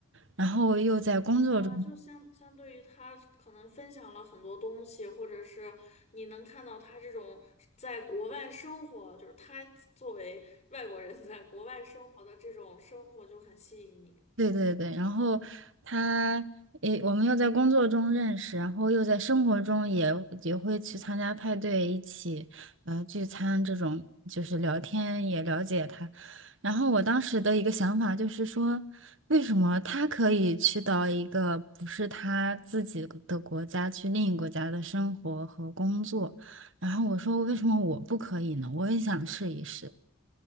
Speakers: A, on the right; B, on the left.
A: 然后又在工作中。
B: 啊，就相相对于他可能分享了很多东西，或者是你能看到他这种在国外生活，就是他作为外国人在国外生活的这种生活就很吸引你。
A: 对对对，然后他，诶，我们又在工作中认识，然后又在生活中也也会去参加派对，一起呃聚餐这种，就是聊天也了解他。然后我当时的一个想法就是说，为什么他可以去到一个不是他自己的国家，去另一个国家的生活和工作？然后我说，为什么我不可以呢？我也想试一试。